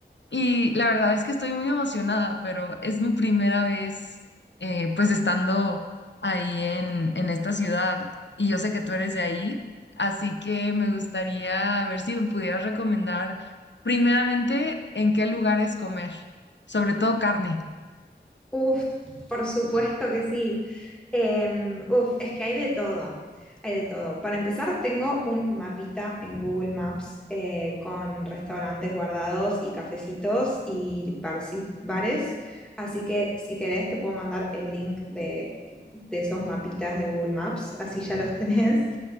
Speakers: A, on the left; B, in the centre.
A: y la verdad es que estoy muy emocionada, pero es mi primera vez eh, pues estando ahí en, en esta ciudad y yo sé que tú eres de ahí, así que me gustaría ver si me pudieras recomendar primeramente en qué lugares comer, sobre todo carne.
B: Uf, por supuesto que sí. Em, uf, es que hay de todo, hay de todo. Para empezar, tengo un mapita en Google Maps eh, con restaurantes guardados y cafecitos y barci- bares, así que si querés te puedo mandar el link de, de esos mapitas de Google Maps, así ya los tenés.